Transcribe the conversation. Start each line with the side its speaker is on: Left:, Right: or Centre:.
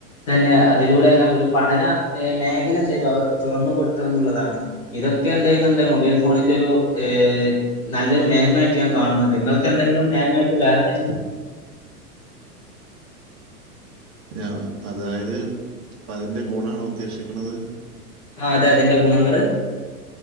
Left: തന്നെ അതിലൂടെ എല്ലാം ഒരു പഠന മേഖല എന്ത് ചെയ്യ്തു അവർക്ക് തുറന്ന് കൊടു കൊടുത്തുന്നുള്ളതാണ് ഇതൊക്കെ എന്തേ ചെയ്യുന്നുണ്ട് മൊബൈൽ ഫോണിന്റെ ഒരു ഏഹ് നല്ലൊരു മെൻമായായിട്ട് ഞാൻ കാണുന്നത് നിങ്ങൾക്ക് എന്തെങ്കിലും മേന്മായിട്ട് വേറെന്തെങ്കിലും തോ
Right: ആഹ് അതായത് അതിന്റെ ഗുണണോ ഉദ്ദേശിക്കണത്.
Left: ആ അതെ അതിന്റെ ഗുണങ്ങള്.